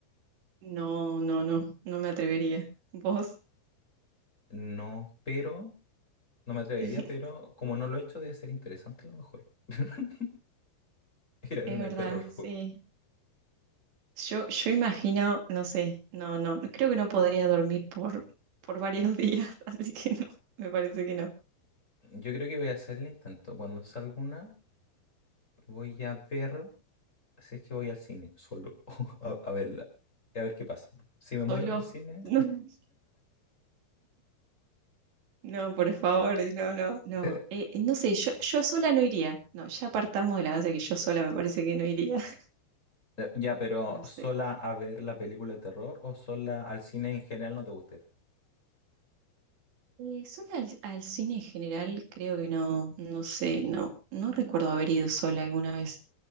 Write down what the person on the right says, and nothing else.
No, no, no, no me atrevería. ¿Vos?
<laughs>
Es
verdad,
sí. Yo, yo imagino, no sé, no, no, no, creo que no podría dormir por, por varios días, <laughs> así que no, me parece que no.
Solo,
<laughs> no, no, por favor, no, no, no.
Eh, no sé, yo, yo sola no iría. No, ya partamos de la base que yo sola me parece que no iría. <laughs>
No
sé.
Eh, sola al, al cine en general, creo que no, no sé, no, no recuerdo haber ido sola alguna vez.